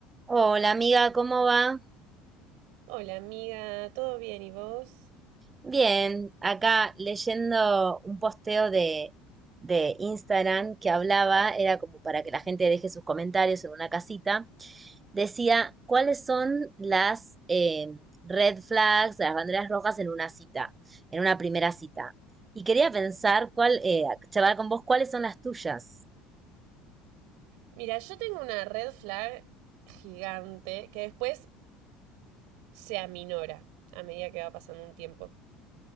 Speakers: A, on the right (about 25°); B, on the right (about 60°).
A: Hola amiga, ¿cómo va?
B: Hola amiga, ¿todo bien y vos?
A: Bien, acá leyendo un posteo de, de Instagram que hablaba, era como para que la gente deje sus comentarios en una casita, decía, ¿cuáles son las eh, red flags, las banderas rojas en una cita, en una primera cita? Y quería pensar cuál, eh, charlar con vos, ¿cuáles son las tuyas?
B: Mira, yo tengo una red flag gigante que después se aminora a medida que va pasando un tiempo.